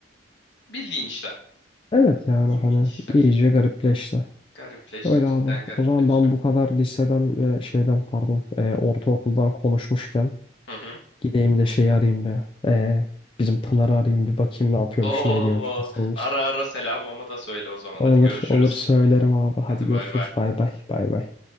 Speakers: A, on the left; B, on the left.
A: bildiğin işler.
B: Evet yani
A: İlginç
B: hani
A: işler.
B: iyice garipleşti.
A: Garipleşti
B: Öyle
A: cidden
B: abi.
A: garipleşti.
B: O zaman ben bu kadar liseden ve şeyden pardon e, ortaokuldan konuşmuşken
A: Hı hı.
B: gideyim de şeyi arayayım bir. E, bizim Pınar'ı arayayım bir bakayım ne yapıyormuş,
A: Oo,
B: ne ediyormuş, nasılmış.
A: ara ara selamımı da söyle o zaman.
B: Olur,
A: Hadi görüşürüz.
B: olur söylerim abi. Hadi
A: Hadi
B: görüşürüz.
A: bay bay.
B: Bay bay. Bay bay.